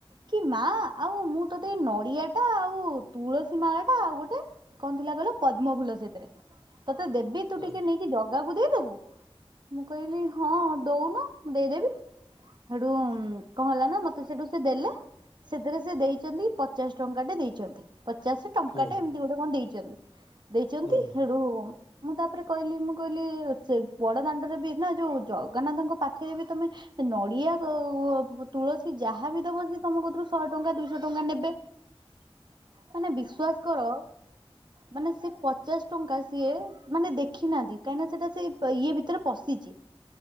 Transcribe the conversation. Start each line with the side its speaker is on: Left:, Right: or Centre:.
Right: କି ମା ଆଉ ମୁଁ ତତେ ନଡିଆ ଟା ଆଉ ତୁଳସୀ ମାଳା ଟା ଆଉ ଗୋଟେ କଁ ଥିଲା କହିଲ ପଦ୍ମଫୁଲ ସେଥିରେ, ତତେ ଦେବି ତୁ
Left: ହଁ
Right: ଟିକେ ନେଇକି ଜଗାକୁ ଦେଇଦବୁ। ମୁଁ କହିଲି ହଁ ଦଉନ ଦେଇଦେବି। ସେଠୁ ଉଁ କ'ଣ ହେଲା ନା ମତେ ସେଠୁ ସେ ଦେଲେ। ସେଥିରେ ସେ ଦେଇଛନ୍ତି। ପଚାଶ ଟଙ୍କା ଟେ ଦେଇଛନ୍ତି। ପଚାଶ ଟଙ୍କା
Left: ହୁଁ
Right: ଟେ ଏମିତି ଗୋଟେ କ'ଣ ଦେଇଛନ୍ତି। ଦେଇଛନ୍ତି
Left: ହୁଁ
Right: ସେଠୁଁ। ମୁଁ ତାପରେ କହିଲି। ମୁଁ କହିଲି ସେ ବଡ ଦାଣ୍ଡରେ ବି ନା ଯୋଉ ଜଗନ୍ନାଥଙ୍କ ପାଖରେ ବି ତମେ ସେ ନଡିଆ କଉ ପ ତୁଳସୀ ଯାହା ବିି ଦବ ସିଏ ତମ କତରୁ ଶହେ ଟଙ୍କା ଦୁଇଶହ ଟଙ୍କା ନେବେ।
Left: ହଁ <inaudible>
Right: ମାନେ ବିଶ୍ୱାସ କର। ମାନେ ସେ ପଚାଶ ଟଙ୍କା ସିଏ ମାନେ ଦେଖି ନାହାନ୍ତି କାହିଁକିନା ସେଟା ସେ ଇଏ ଭିତରେ ପଶି ଚି